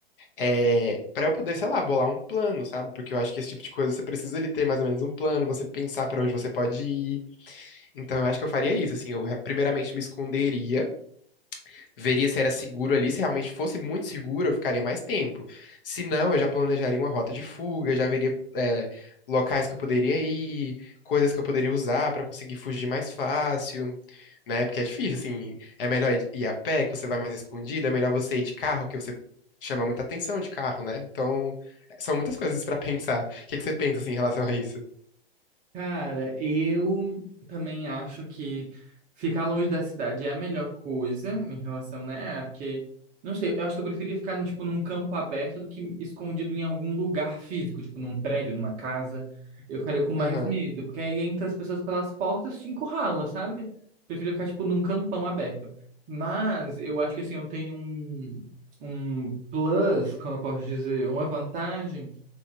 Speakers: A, on the left (about 60°); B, on the right (about 25°).
A: é, para eu poder, sei lá, bolar um plano, sabe? Porque eu acho que esse tipo de coisa você precisa ele ter mais ou menos um plano, você pensar pra onde você pode ir. Então eu acho que eu faria isso, assim, eu re- primeiramente me esconderia veria se era seguro ali. Se realmente fosse muito seguro, eu ficaria mais tempo. Se não, eu já planejaria uma rota de fuga, já veria, é, locais que eu poderia ir, coisas que eu poderia usar pra conseguir fugir mais fácil. Né? Porque é difícil, assim. É melhor ir ir a pé, que você vai mais escondido. É melhor você ir de carro, que você chama muita atenção de carro, né? Então, é, são muitas coisas pra <laughs> pensar. O que que você pensa, assim, em relação a isso?
B: Cara, eu também acho que ficar longe da cidade é a melhor coisa em relação, né? ah, Porque, não sei, eu acho que eu preferia ficar, tipo, num campo aberto do que escondido em algum lugar físico, tipo, num prédio, numa casa. Eu ficaria com mais
A: Aham.
B: medo, porque aí entra as pessoas pelas portas, te encurrala, sabe? Prefiro ficar, tipo, num campão aberto. Mas eu acho que, assim, eu tenho um, um plus, como eu posso dizer, uma vantagem